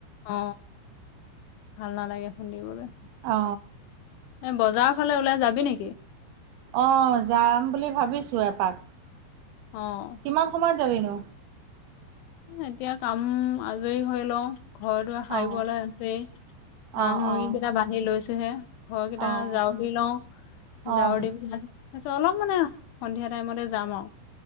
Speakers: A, on the left; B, on the right.
A: অ ভাল নালাগে খুন্দিবলৈ।
B: অ।
A: নে বজাৰ ফালে ওলাই যাবি নেকি?
B: অ যাম বুলি ভাবিছোঁ এপাক।
A: অ'।
B: কিমান সময়ত যাবি নো?
A: এতিয়া কাম আজৰি হৈ লও ঘৰ-দুৱাৰ সাৰিবলৈ
B: অঁ
A: আছেই। হাঁহ
B: অঁ
A: মুৰ্গী
B: অঁ
A: কাঁইট বান্ধি লৈছোহে, ঘৰ কেইটা
B: অঁ
A: জাৰু দি লওঁ। জাৰু
B: অঁ
A: দি পেলাই তাৰপিছত অলপ মানে সন্ধিয়া টাইমতে যাম আৰু,